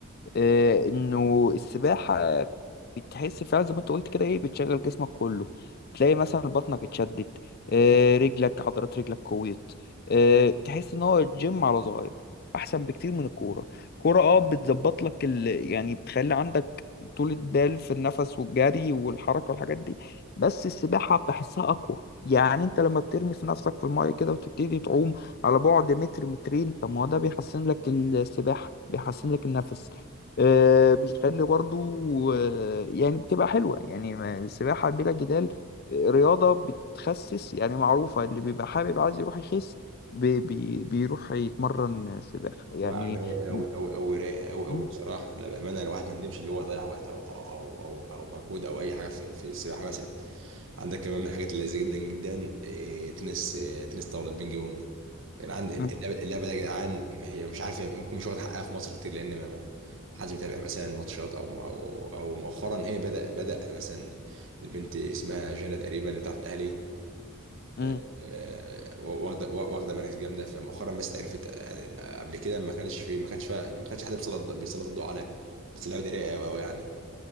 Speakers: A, on the left; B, on the right.
A: آه، انه السباحه بتحس فعلا زي ما انت قلت كده ايه بتشغل جسمك كله تلاقي مثلا بطنك اتشدت آه، رجلك عضلات رجلك قويت آه، تحس ان هو الجيم على صغير احسن بكتير من الكوره كوره اه بتظبط لك ال... يعني بتخلي عندك طول البال في النفس والجري والحركه والحاجات دي بس السباحه بحسها اقوى يعني انت لما بترمي في نفسك في المايه كده وتبتدي تعوم على بعد متر مترين طب ما هو ده بيحسن لك السباحه بيحسن لك النفس آه، بيخلي برضو آه، يعني بتبقى حلوة يعني ما- السباحة بلا جدال آه، رياضة بتخسس يعني معروفة اللي بيبقى حابب عايز يروح يخس بي بي بيروح يتمرن سباحة يعني
B: يا عم رايقة أوي
A: م-
B: أوي أوي رايقة أوي أوي
A: م-
B: بصراحة لا بأمانة الواحد ما ندمش اللي هو ضيع وقت أو أو أو أو, أو مجهود أو أي حاجة في, في السباحة مثلا عندك كمان من الحاجات اللذيذة جدا جدا إيه تنس إيه تنس طاولة البينج بونج العند- اللعبه
A: م-
B: اللعبة دي يا جدعان هي مش عارف ممكن مش واخد حقها في مصر كتير لان ما ما حدش بيتابع مثلا ماتشات او او او مؤخرا هي بدا بدا مثلا البنت اسمها جانا تقريبا اللي بتلعب في الاهلي
A: م.
B: آه، آه، واخده واخده مراكز جامده فمؤخرا بس عرفت يعني قبل كده ما كانش في ما كانش فيها- ما كانش حد بيسلط بيسلط الضوء عليها بس اللعبه دي رايقه قوي قوي يعني